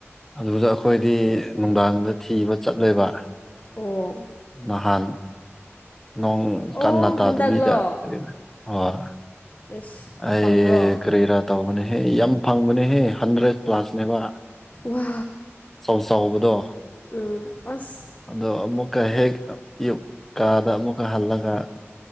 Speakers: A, in the centre; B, on the left.
A: ꯑꯗꯨꯗ ꯑꯩꯈꯣꯏꯗꯤ ꯅꯨꯡꯗꯥꯡꯗ ꯊꯤꯕ ꯆꯠꯂꯦꯕ
B: ꯑꯣ
A: ꯅꯍꯥꯟ ꯅꯣꯡ
B: ꯑꯣ
A: ꯀꯟꯅ ꯇꯥꯗꯕꯤꯗ
B: ꯍꯟꯗꯛꯂꯣ
A: ꯀꯣ ꯍꯣꯏ
B: ꯑꯩꯁ
A: ꯑꯩ
B: ꯐꯪꯕ꯭ꯔꯣ
A: ꯀꯔꯤ ꯔ ꯇꯧꯕꯅꯦꯍꯦ ꯌꯥꯝ ꯐꯪꯕꯅꯦꯍꯦ ꯍꯟꯗ꯭ꯔꯦꯠ ꯀ꯭ꯂ꯭ꯂꯥꯁꯅꯦꯕ
B: ꯋꯥ
A: ꯆꯥꯎ ꯆꯥꯎꯕꯗꯣ
B: ꯎꯝ ꯑꯁ
A: ꯑꯗꯣ ꯑꯃꯨꯛꯀ ꯍꯦꯛ ꯑꯌꯨꯛ ꯀꯥꯗ ꯑꯃꯨꯛꯀ ꯍꯜꯂꯒ